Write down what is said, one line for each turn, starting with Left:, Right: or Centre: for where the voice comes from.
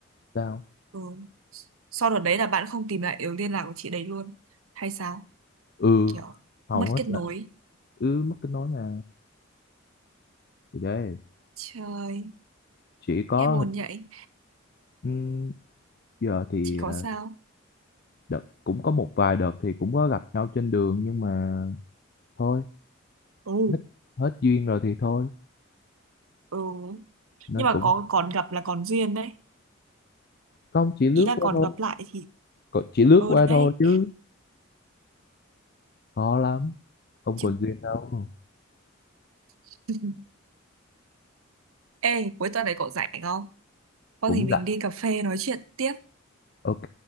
Left: sao
Right: ừ, sau đợt đấy là bạn không tìm lại được liên lạc của chị đấy luôn hay sao
Left: ừ
Right: kiểu
Left: hầu
Right: mất
Left: hết
Right: kết
Left: là
Right: nối
Left: ừ mất kết nối mà thì đấy
Right: trời
Left: chỉ có
Right: nghe buồn vậy
Left: ừm, giờ thì
Right: chị có
Left: à,
Right: sao
Left: đợt cũng có một vài đợt thì cũng có gặp nhau trên đường nhưng mà thôi
Right: ừ
Left: hết hết duyên rồi thì thôi
Right: ừ
Left: nên
Right: nhưng
Left: cũng
Right: mà có còn gặp là còn duyên đấy
Left: không chỉ lướt
Right: ý là
Left: qua
Right: còn
Left: thôi
Right: gặp lại thì
Left: Còn chỉ lướt
Right: ừ
Left: qua thôi
Right: đấy
Left: chứ khó lắm không
Right: chứ
Left: còn duyên đâu
Right: <laughs> ê cuối tuần này cậu rảnh không có
Left: cũng
Right: thì mình
Left: rảnh
Right: đi cà phê nói chuyện tiếp
Left: ok